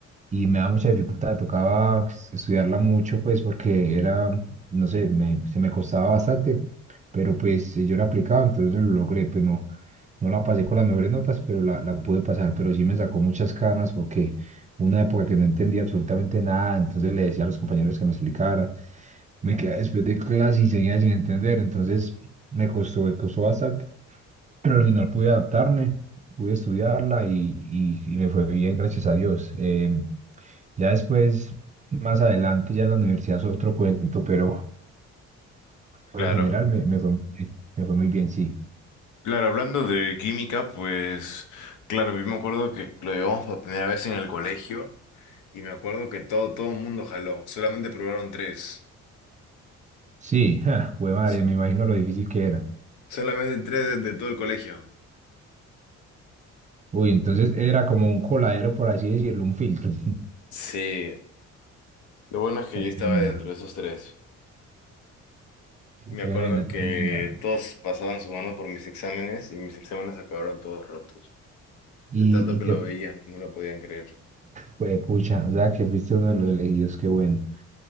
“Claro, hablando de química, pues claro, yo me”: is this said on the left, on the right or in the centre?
Left